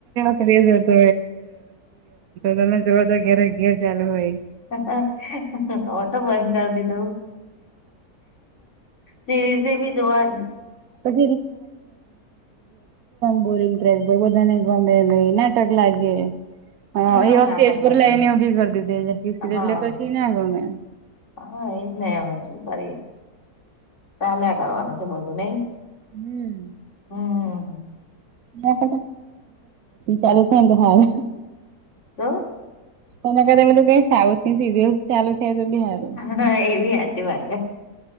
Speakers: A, on the right; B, on the left.
A: તો તમે જોવો તો ઘેરે ઘેર ચાલું હોય.
B: હવે તો બંધ કર દીધું. સિરીઝી ભી જોવા
A: <unintelligible> કે આમ ટ્રેક, બહું બધાને ગમે નહીં, નાટક લાગે.
B: <inaudible>
A: હા <unintelligible>
B: નાટકલા હા.
A: એટલે પછી ના ગમે.
B: હા એજ ને હવે શું કરીએ ચાલ્યા કરવાનું છે બધું નહી
A: હમ્મ.
B: હમ્મ.
A: ના <unintelligible> ચાલુ થાય ને તો હાલે
B: જઉ
A: એના કરતા ઓલિયુ સાઉથની સીરિયલ ચાલુ થાય તો બી હાલે
B: હા એવી આજુ વાજુ